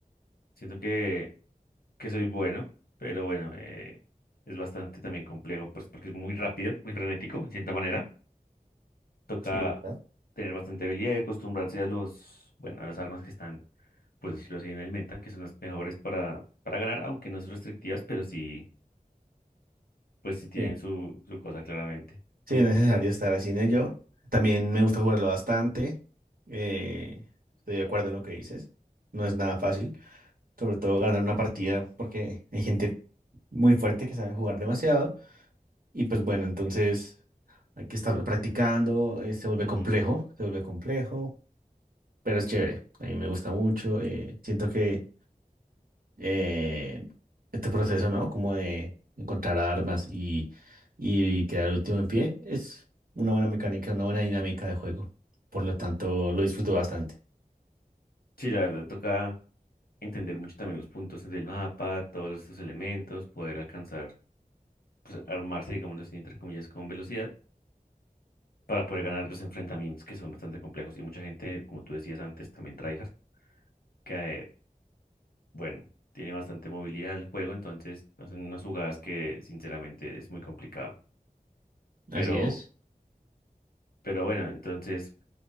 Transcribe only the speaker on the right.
Sí, es verdad.
Sí.
Sí,
es necesario estar así en ello.
También me gusta jugarlo bastante. Eh, estoy de acuerdo en lo que dices. No es nada fácil. Sobre todo ganar una partida porque hay gente muy fuerte que sabe jugar demasiado. Y pues bueno, entonces hay que estar practicando. eh, se vuelve
complejo, se vuelve complejo, pero es chévere. A mí me gusta mucho. eh, siento que eh, este proceso, ¿no? Como de encontrar armas y, y quedar último en pie, es una buena mecánica, una buena dinámica de juego. Por lo tanto, lo disfruto bastante.
Así
es.